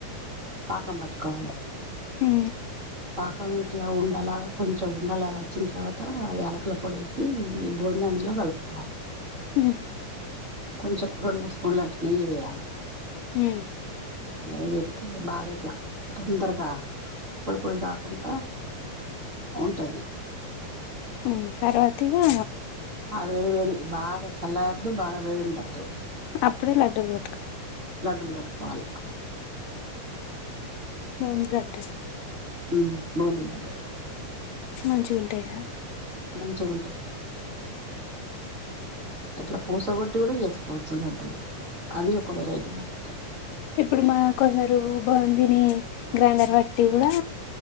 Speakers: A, on the right (about 30°); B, on the left (about 80°).
A: పాకం పట్టు కాలే
B: హ్
A: పాకం ఇట్లా ఉండలాగా కొంచెం ఉండలాగా వచ్చిన తర్వాత యాలకుల పొడి వేసి ఈ బూందీ అందులో కలుపుకోవాలి
B: హ్
A: కొంచెం రెండు మూడు స్పూన్ల నెయ్యి వేయాలి
B: మ్
A: నెయ్య వేస్తే బాగా ఇట్లా తొందరగా పొడి పొడి కాకుంటా ఉంటది
B: ఉ తరువాత ఇగా
A: ఆ వెేడి వేడి బాగా చల్లరాద్దు బాగా బేడి ఉండద్దు
B: అప్పుడు లడ్డు లు కొట్టుకావాలి
A: లడ్డు లు కట్టుకోవాలి
B: న కట్
A: ఉమ్ బూందీ లడ్డు
B: మంచిగా ఉంటాయా
A: మంచిగా ఉంటది ఇట్లా పూసగొట్టి కూడా చేసుకోవచ్చు లడ్డులు అది ఒక వెరైటీగా ఉంటాయి
B: ఇప్పుడు మా కొందరు బూందీ నీ గ్రైండర్ వట్టి కూడా